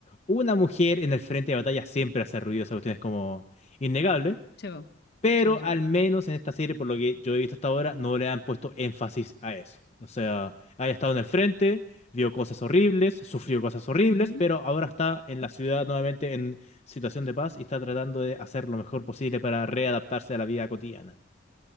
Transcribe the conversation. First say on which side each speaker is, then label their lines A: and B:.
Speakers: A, on the left; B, on the left.
A: una mujer en el frente de batalla siempre hace ruido, esa cuestión es como innegable,
B: Se va,
A: pero
B: se va, se
A: al
B: va.
A: menos en esta serie, por lo que yo he visto hasta ahora, no le han puesto énfasis a eso. O sea, haya estado en el frente, vio cosas horribles, sufrió cosas horribles,
B: Ujú.
A: pero ahora está en la ciudad nuevamente en situación de paz y está tratando de hacer lo mejor posible para readaptarse a la vida cotidiana.